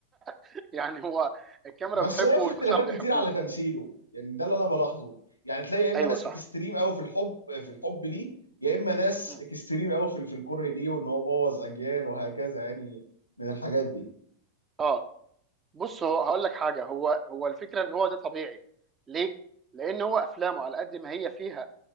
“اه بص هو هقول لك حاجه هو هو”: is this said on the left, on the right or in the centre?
Right